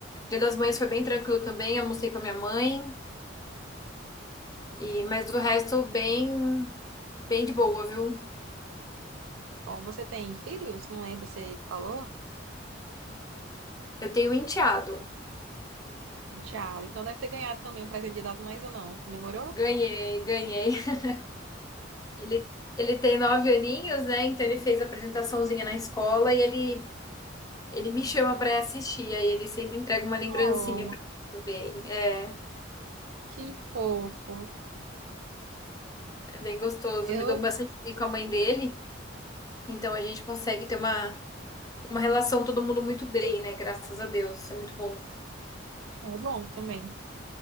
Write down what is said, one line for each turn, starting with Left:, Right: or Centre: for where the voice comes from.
Left: Dia das Mães foi bem tranquilo também, almocei com a minha mãe, e mas do resto, bem, bem de boa, viu?
Right: Bom, você tem filhos? Não lembro, você falou?
Left: Eu tenho um enteado.
Right: Tiago, então deve ter ganhado também o presente de Dia das Mães ou não? Comemorou?
Left: Ganhei, ganhei. <laughs> Ele, ele tem nove aninhos, né? Então ele fez a apresentaçãozinha na escola e ele Ele me chama pra assistir, aí ele sempre entrega uma lembrancinha
Right: <laughs> Oh,
Left: pra mim bem. É,
Right: Que fofo.
Left: é bem gostoso.
Right: Eu,
Left: Me dou bastante bem com a mãe dele, então a gente consegue ter uma, uma relação todo mundo muito bem, né? Graças a Deus, isso é muito bom.
Right: é bom também.